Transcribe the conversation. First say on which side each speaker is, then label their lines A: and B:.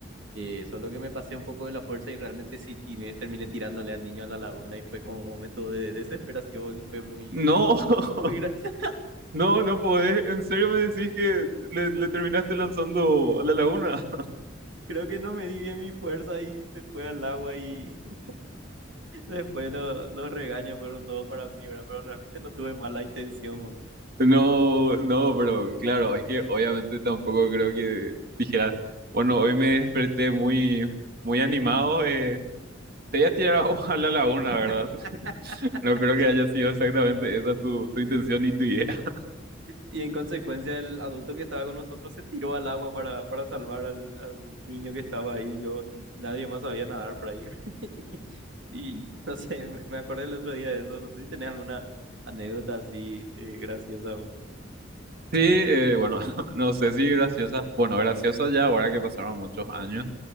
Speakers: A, on the right; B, on the right.
A: Eh, solo que me pasé un poco de la fuerza y realmente sí tiné- terminé tirándole al niño a la laguna y fue como un momento de desesperación y fue muy,
B: No, <laughs>
A: muy gracioso
B: no, no podés. ¿En serio me decís que le, le terminaste lanzando a la laguna? <laughs>
A: Creo que no me di bien mi fuerza y se fue al agua y <laughs> después lo- los regaños fueron todos para mí, ¿verdad? Pero realmente no tuve mala intención.
B: No, no, pero claro, es que obviamente tampoco creo que dijeras, bueno, hoy me desperté muy, muy animado, eh, te voy a tirar agua a la laguna,
A: <laughs>
B: ¿verdad? <laughs> No creo que haya sido exactamente esa tu, tu intención y tu idea. <laughs>
A: Y en consecuencia el adulto que estaba con nosotros se tiró al agua para, para salvar al, al niño que estaba ahí. Yo, n- nadie más sabía nadar por ahí. <laughs> Y no sé, me, me acordé el otro día de eso. No sé si tenés alguna anécdota así eh, graciosa. o-
B: Sí, eh, bueno, <laughs> no sé si graciosa. Bueno, graciosa ya ahora que pasaron muchos años.